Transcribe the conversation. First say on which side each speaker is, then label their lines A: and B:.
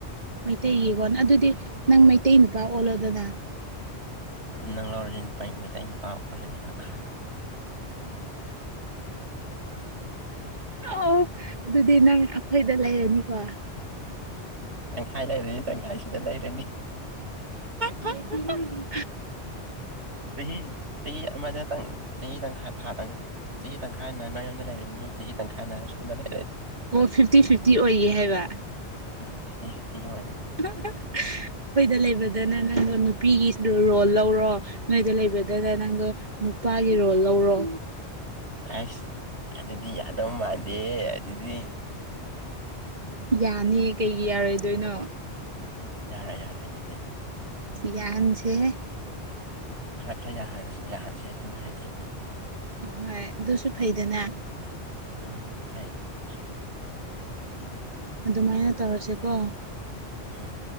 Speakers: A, on the right; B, on the right.
A: ꯃꯩꯇꯩꯒꯤꯀꯣ ꯑꯗꯨꯗꯤ ꯅꯪ ꯃꯩꯇꯩ ꯅꯨꯄꯥ ꯑꯣꯜꯂꯣꯗꯅ
B: ꯑꯗꯨ ꯅꯪ ꯂꯧꯔꯗꯤ ꯅꯨꯄꯥ ꯃꯩꯇꯩ ꯅꯨꯄꯥ ꯑꯣꯜꯂꯅꯤ ꯇꯪꯈꯥꯏ
A: ꯑꯣ ꯑꯗꯨꯗꯤ ꯅꯪ ꯑꯩꯈꯣꯏꯗ ꯂꯩꯔꯅꯤꯀꯣ
B: ꯇꯪꯈꯥꯏ ꯂꯩꯔꯅꯤ ꯇꯪꯈꯥꯏꯁꯤꯗ ꯂꯩꯔꯅꯤ
A: ꯍꯪꯗꯤ
B: ꯆꯍꯤ ꯆꯍꯤ ꯑꯃꯗꯇꯪ ꯆꯍꯤ ꯇꯪꯈꯥꯏ ꯊꯥ ꯇꯪ ꯆꯍꯤ ꯇꯪꯈꯥꯏꯅ ꯅꯣꯏꯌꯣꯝꯗ ꯂꯩꯔꯅꯤ ꯆꯍꯤ ꯇꯪꯈꯥꯏꯅ ꯁꯣꯝꯗ ꯂꯩ
A: ꯑꯣ ꯐꯤꯐꯇꯤ ꯐꯤꯐꯇꯤ ꯑꯣꯏꯌꯦ ꯍꯥꯏꯕ
B: ꯎꯝ ꯐꯤꯐꯇꯤ ꯐꯤꯐꯇꯤ ꯑꯣꯏꯔꯅꯤ
A: ꯑꯩꯈꯣꯏꯗ ꯂꯩꯕꯗꯅ ꯅꯪꯗꯣ ꯅꯨꯄꯤꯒꯤ ꯔꯣꯜ ꯂꯧꯔꯣ ꯅꯣꯏꯗ ꯂꯩꯕꯗꯅ ꯅꯪꯗꯣ ꯅꯨꯄꯥꯒꯤ ꯔꯣꯜ ꯂꯧꯔꯣ
B: ꯑꯁ ꯑꯗꯨꯗꯤ ꯌꯥꯗꯧ ꯃꯥꯟꯗꯦ ꯑꯗꯨꯗꯤ
A: ꯌꯥꯅꯤ ꯀꯩꯒꯤ ꯌꯥꯔꯣꯏꯗꯣꯏꯅꯣ
B: ꯌꯥꯔꯦ ꯌꯥꯔꯦ ꯑꯗꯨꯗꯤ
A: ꯌꯥꯍꯟꯁꯦ ꯍꯦ
B: ꯈꯔ ꯈꯔ ꯌꯥꯍꯥꯟꯁꯤ ꯌꯥꯍꯟꯁꯦ ꯑꯗꯨ ꯑꯣꯏꯔꯗꯤ
A: ꯍꯣꯏ ꯑꯗꯨꯁꯨ ꯐꯩꯗꯅ
B: ꯎꯝ ꯐꯩ ꯑꯗꯨꯁꯨ
A: ꯑꯗꯨꯃꯥꯏꯅ ꯇꯧꯔꯁꯦꯀꯣ
B: ꯎꯝ